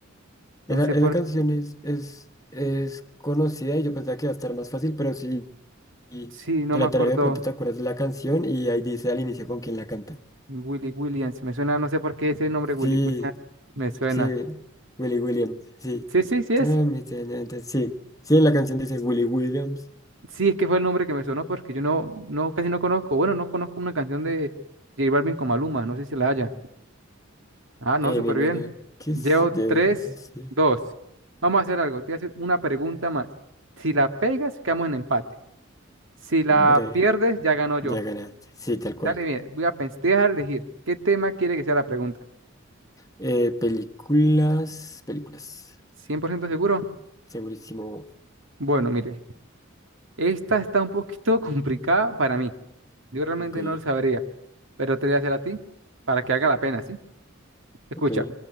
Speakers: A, on the right (about 70°); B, on the left (about 15°).
A: No
B: Esa,
A: sé
B: esa
A: por...
B: canción es, es, es conocida y yo pensaba que iba a estar más fácil, pero sí y
A: Sí, no
B: te
A: me
B: la
A: acuerdo.
B: tarareo de pronto te acuerdas de la canción y ahí dice al inicio con quién la canta.
A: Willy Williams. Me suena, no sé por qué ese nombre Willy
B: Sí,
A: Williams me suena.
B: sí, Willy Williams, sí.
A: Sí, sí, sí
B: Tami,
A: es.
B: tana, ta- Sí, sí, en la canción dice Willy Williams.
A: Sí, es que fue el nombre que me sonó porque yo no, no, casi no conozco. Bueno, no conozco una canción de... J Balvin con Maluma, no sé si la haya. Ah, no,
B: Eh,
A: súper
B: me imagino
A: bien.
B: que
A: Llevo
B: sí debería
A: tres,
B: existir.
A: dos. Vamos a hacer algo. Te voy a hacer una pregunta más. Si la pegas, quedamos en empate. Si la
B: Breve,
A: pierdes, ya ganó yo.
B: ya ganaste. Sí, tal cual.
A: Dale, mire, voy a pensar, te voy a dejar elegir. ¿Qué tema quiere que sea la pregunta?
B: Eh, películas, películas.
A: Cien por ciento seguro?
B: Segurísimo.
A: Bueno, mire, esta está un poquito <laughs> complicada para mí. Yo realmente
B: Ok,
A: no lo sabría, pero te voy a hacer a ti para que haga la pena, ¿sí? Escucha,
B: ok,